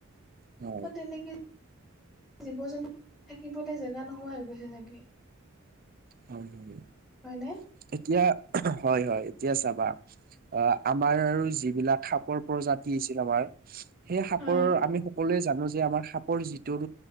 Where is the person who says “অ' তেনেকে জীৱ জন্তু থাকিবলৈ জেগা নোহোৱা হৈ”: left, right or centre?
Centre